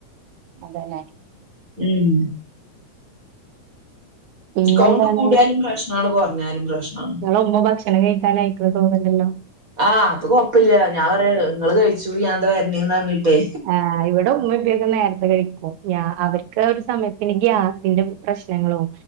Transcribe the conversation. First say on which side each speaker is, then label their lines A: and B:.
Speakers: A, on the right; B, on the right.
A: അതേലെ
B: ഉം.
A: പിന്നെന്താണ്
B: കൗണ്ട് കൂടിയാലും പ്രശ്നാണ്. കൊറ്ഞ്ഞാലും പ്രശ്നാണ്.
A: ഇങ്ങളെ ഉമ്മ ഭക്ഷണം കഴിക്കാനാ യിക്ക്ണ് തോന്ന്ണ്ടല്ലോ?
B: ആഹ് അത് കൊഴപ്പില്ല ഞാൻ പറയാ ഇങ്ങള് കഴിച്ചുടി ഞാൻ ഇതാ വര്ണേന്ന് പറഞ്ഞിട്ടേ
A: ഏഹ് ഇവിടെ ഉ ക്കെ നേര്ത്തെ കഴിക്കും. ഞ്യ അവർക്ക് ഒരു സമയത്തിന് ഗ്യാസിന്റെ പ്രശ്നങ്ങളും